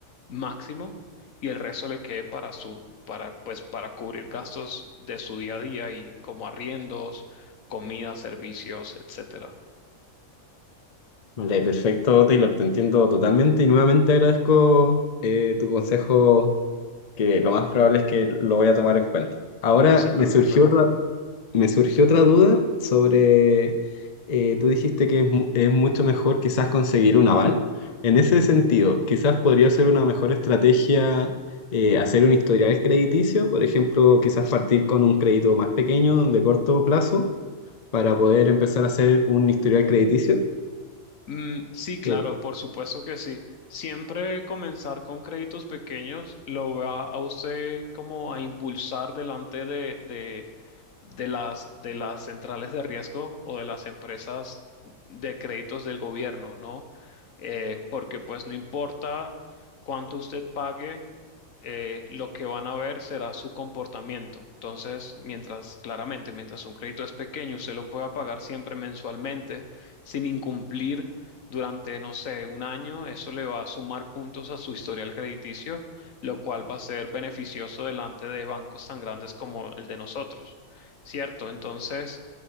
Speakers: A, on the left (about 70°); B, on the left (about 35°).
A: máximo y el resto le quede para su, para, pues, para cubrir gastos de su día a día y como arriendos, comida, servicios, etcétera.
B: Vale, perfecto, Taylor, te entiendo totalmente y nuevamente agradezco eh, tu consejo, que lo más probable es que lo voy a tomar en cuenta. Ahora
A: No se preocupe.
B: me surgió otra, me surgió otra duda sobre, eh, tú dijiste que es, mu- es mucho mejor quizás conseguir un aval. En ese sentido, quizás podría ser una mejor estrategia eh, hacer un historial crediticio, por ejemplo, quizás partir con un crédito más pequeño de corto plazo para poder empezar a hacer un historial crediticio.
A: Mm, sí, claro,
B: eh,
A: por supuesto que sí. Siempre comenzar con créditos pequeños lo va a usted como a impulsar delante de, de, de las, de las centrales de riesgo o de las empresas de créditos del gobierno, ¿no? Eh, porque pues no importa cuánto usted pague, eh, lo que van a ver será su comportamiento. Entonces, mientras, claramente, mientras un crédito es pequeño, usted lo pueda pagar siempre mensualmente sin incumplir durante, no sé, un año, eso le va a sumar puntos a su historial crediticio, lo cual va a ser beneficioso delante de bancos tan grandes como el de nosotros, ¿cierto? Entonces,